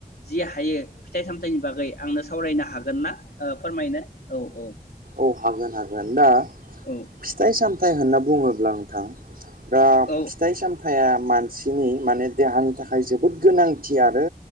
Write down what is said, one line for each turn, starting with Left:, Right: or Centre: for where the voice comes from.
Left: जि हायो फिथाइ सामथाइनि बागै आंनो सावरायनो हागोन ना ओ फोरमायनो औ औ
Right: औ हागोन हागोन दा
Left: औ
Right: फिथाइ सामथाइ होनना बुङोब्ला। <unintelligible> दा
Left: औ
Right: फिथाइ सामथाइया मान सिनि मानेद देहानि थाखाय जोबोद गोनांथि आरो